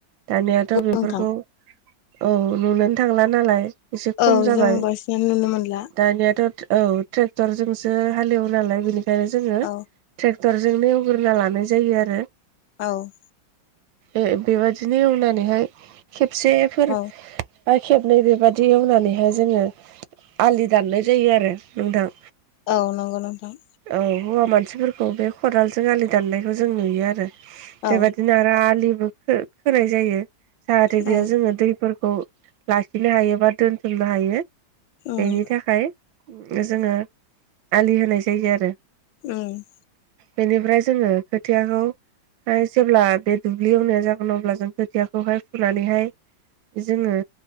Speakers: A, on the right; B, on the left.
A: दानियाथ बेफोरखौ
B: नोंथां
A: औ नुनोनो थांला नालाय। एसे खम
B: औ
A: जाबाय
B: जों बांसिनानो नुनो मोनला
A: दानियाथ औ ट्रेक्टर जोंसो हालेवो नालाय बेनिखायनो जोङो
B: औ
A: ट्रेक्टर। जों एवग्रोना लानाय जायो आरो।
B: औ
A: ए-बेबादिनो एवनानैहाय खेबसेफोर
B: औ
A: बा खेबनै बेबायदि एवनानैहाय जोङो आलि दाननाय जायो आरो नोंथां।
B: औ नंगौ नोंथां।
A: औ हौवा मानसिफोरखौ बे खदालजों आलि दाननायखौ जों नुयो आरो
B: औ
A: बेबायदि। <unintelligible> आलिबो खोनाय जायो जाहाथे बेयाव
B: औ
A: जोङो दैफोरखौ। लाखिनो हायो बा दोनथुमनो हायो
B: उम
A: बेनि थाखाय। जोङो आलि होनाय जायो आरो।
B: उम
A: बेनिफ्राय जोङो खोथियाखौ। जेब्ला बे दुब्लि एवनाया जागोन अब्ला जों खोथियाखौहाय फुनानैहाय। जोङो